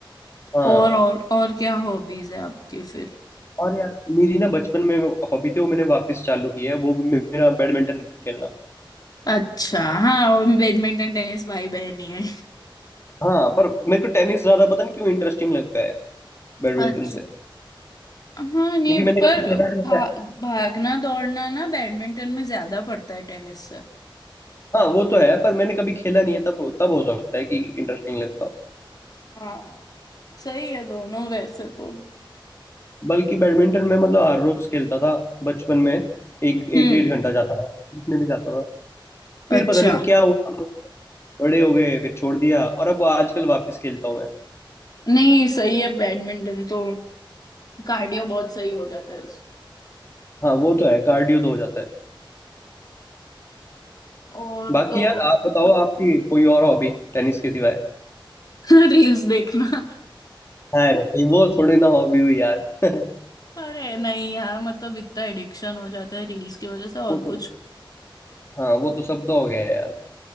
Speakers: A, on the left; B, on the left.
A: हाँ
B: और और और क्या हॉबीज है आपकी फिर
A: और यार मेरी ना बचपन में हॉबी थी वो मैंने वापस चालू की है वो भी मेरा बैडमिंटन खेलना
B: अच्छा हाँ और बैडमिंटन टेनिस भाई बहन ही है
A: हाँ पर मेरे को टेनिस ज्यादा पता नहीं क्यों इंटरेस्टिंग लगता है बैडमिंटन
B: अच्छा
A: से
B: हाँ नहीं
A: क्योंकि मैंने
B: पर
A: कभी खेला नहीं
B: भा,
A: था
B: भागना दौड़ना ना बैडमिंटन में ज्यादा पड़ता है टेनिस से
A: हाँ वो तो है पर मैंने कभी खेला नहीं है तब तब हो सकता है कि इंटरेस्टिंग लगता हो
B: हाँ सही है दोनों वैसे तो
A: बल्कि बैडमिंटन में मतलब हर रोज खेलता था बचपन में एक
B: हम्म
A: एक डेढ़ घंटा जाता था इसमें भी जाता था फिर
B: अच्छा
A: पता नहीं क्या हुआ बड़े हो गए फिर छोड़ दिया और अब आजकल वापस खेलता हूँ मैं
B: नहीं सही है बैडमिंटन तो कार्डियो बहुत सही हो जाता है उससे
A: हाँ वो तो है कार्डियो तो हो जाता है
B: और
A: बाकी
B: तो
A: यार आप बताओ आपकी कोई और हॉबी टेनिस के सिवाय
B: <laughs> रील्स देखना <laughs>
A: हाँ रे, भाई वो थोड़ी ना हॉबी हुई यार <laughs>
B: अरे नहीं यार मतलब इतना एडिक्शन हो जाता है रील्स की वजह से और
A: वो तो
B: कुछ
A: हाँ वो तो सबका हो गया है यार